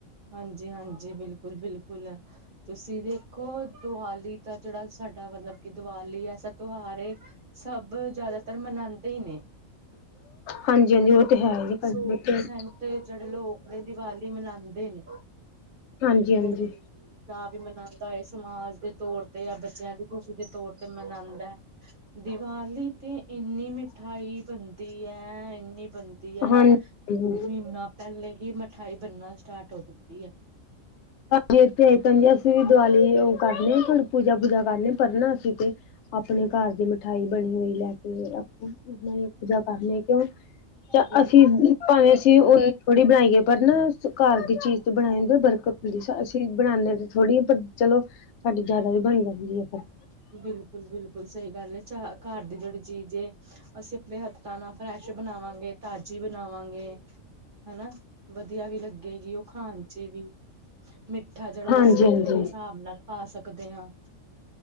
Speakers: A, on the right; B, on the left.
A: ਹਾਂਜੀ ਹਾਂਜੀ ਬਿਲਕੁਲ ਬਿਲਕੁਲ ਤੁਸੀਂ ਦੇਖੋ ਦੀਵਾਲੀ ਦਾ ਜਿਹੜਾ ਸਾਡਾ ਮਤਲਬ ਕਿ ਦੀਵਾਲੀ ਐਸਾ ਤਿਉਹਾਰ ਏ ਸਭ ਜ਼ਿਆਦਾਤਰ ਮਨਾਦੇ ਹੀ ਨੇ
B: ਹਾਂਜੀ-ਹਾਂਜੀ
A: ਹਾਂਜੀ
B: ਉਹ ਤੇ ਹੈ ਹੀ
A: ਸੌ ਪ੍ਰਸੈਂਟ ਤੇ ਜਿਹੜੇ ਲੋਕ ਨੇ ਦੀਵਾਲੀ ਮਨਾਦੇ ਨੇ
B: ਹਾਂਜੀ ਹਾਂਜੀ
A: ਕੋਈ ਦਾ ਵੀ ਮਨਾਦਾ ਹੈ ਸਮਾਜ ਦੇ ਤੌਰ ਤੇ ਜਾਂ ਬੱਚਿਆਂ ਦੀ ਖੁਸ਼ੀ ਦੇ ਤੌਰ ਤੇ ਮਨਾਦਾ ਹੈ ਦੀਵਾਲੀ ਤੇ ਇੰਨੀ ਮਿਠਾਈ ਬਣਦੀ ਐ ਇੰਨੀ ਬਣਦੀ ਐ
B: ਹਾਂਜੀ
A: ਮਹੀਨਾ ਪਹਿਲੇ ਹੀ ਮਿਠਾਈ ਬਣਨਾ ਸਟਾਟ ਹੋ ਜਾਂਦੀ ਐ
B: ਜਿਥੇ ਕਹਿੰਦਿਆਂ ਅਸੀਂ ਵੀ ਦੀਵਾਲੀ ਉਹ ਕਰਨੀ ਹੁਣ ਪੂਜਾ ਪੂਜਾ ਕਰਨੇ ਪਰਨਾ ਅਸੀਂ ਤੇ ਆਪਣੇ ਘਰ ਦੀ ਮਿਠਾਈ ਬਣੀ ਹੋਈ ਲੈ ਕੇ ਕੇ ਆਪ ਆਪ ਪੂਜਾ ਕਰਲੀ ਕਿਉਂ ਚ
A: ਬਿਲ
B: ਅਸੀਂ ਭਾਵੇਂ ਅਸੀ ਓਨ ਥੋੜੀ ਬਣਾਈਏ ਪਰ ਨਾ ਘਰ ਦੀ ਚੀਜ਼ ਤੇ ਬਣਾਈ ਦੇ ਬਰਕਤ ਹੁੰਦੀ। ਅਸੀ ਬਣਾਨੇ ਤੇ ਥੋੜੀ ਪਰ ਚਲੋ ਸਾਡੀ ਜਾਦਾ ਵੀ ਬਣ ਜਾਂਦੀ ਐ ਫੇਰ।
A: ਬਿਲਕੁਲ ਬਿਲਕੁਲ ਸਈ ਗੱਲ ਏ, ਚ ਘਰ ਦੀ ਜੇੜੀ ਚੀਜ ਏ ਅਸੀ ਅਪਣੇ ਹੱਥਾਂ ਨਾਲ ਫਰੈਸ਼ ਬਨਾਵਾਂਗੇ ਤਾਜੀ ਬਨਾਵਾਂਗੇ। ਹੈਨਾ, ਵਧੀਆ ਵੀ ਲੱਗੇਗੀ ਓ ਖਾਨ ਚ ਵੀ। ਮਿੱਠਾ ਜੇੜਾ
B: ਹਾਂਜੀ
A: ਅਸੀ ਆਪਨੇ
B: ਹਾਂਜੀ
A: ਹਿਸਾਬ ਨਾਲ ਪਾ ਸਕਦੇ ਆਂ।